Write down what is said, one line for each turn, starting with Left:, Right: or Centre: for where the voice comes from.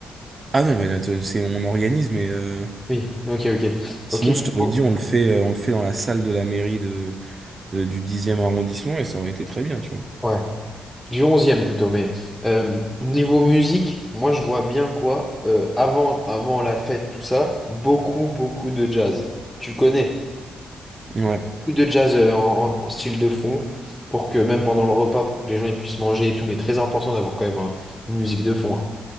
Right: Ah non, mais là, te- c'est, on organise, mais euh,
Centre: Oui, ok, ok.
Right: sinon,
Centre: Ok, niveau-
Right: je t'aurais dit, on le fait, euh, on le fait dans la salle de la mairie de, de- du dixième arrondissement et ça aurait été très bien, tu vois.
Centre: ouais. Du onzième plutôt, mais euh, niveau musique, moi je vois bien quoi, euh, avant, avant la fête, tout ça, beaucoup, beaucoup de jazz. Tu le connais?
Right: Ouais,
Centre: Beaucoup de jazz euh, en, en style de fond, pour que même pendant le repas, pour que les gens ils puissent manger et tout, mais très important d'avoir quand même un- une musique de fond. hein.